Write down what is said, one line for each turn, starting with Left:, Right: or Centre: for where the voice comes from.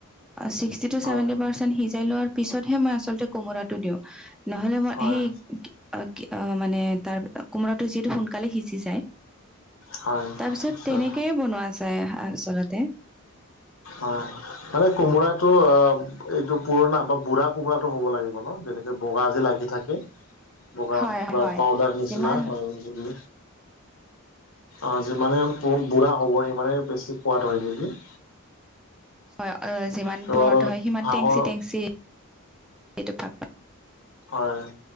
Centre: ছিক্সটি টু
Left: হয়
Centre: চেভেটি পাৰ্চেণ সিজাই লোৱাৰ পিছতহে মই আচলতে কোমোৰাটো দিওঁ, নহলে মই
Left: হয়
Centre: সেই অ-কি অ মানে তাৰ কোমোৰাটো যিহেতু সোনকালে সিজি যায়
Left: হয়
Centre: তাৰ পিছত
Left: নিশ্চয়
Centre: তেনেকেই বনোৱা যায় আচলতে।
Left: হয়, মানে কোমোৰাটো অ- এইটো পুৰণা বা বুঢ়া কোমোৰাটো হ'ব লাগিব ন? যেনেকা বগা যে লাগি থাকে। বগা
Centre: হয়
Left: বা
Centre: হয়
Left: পাউদাৰ নিচিনা
Centre: যিমান
Left: হয় গুৰি অ যিমানে বুঢ়া হ'ব সিমানে বেছি খোৱাদ হয় নেকি?
Centre: হয় অ যিমান
Left: ত
Centre: পূৰত
Left: আৰু
Centre: হয় সিমান
Left: হাঁহৰ
Centre: টেংচি-টেংচি- সেইটো ভাপ
Left: হয়,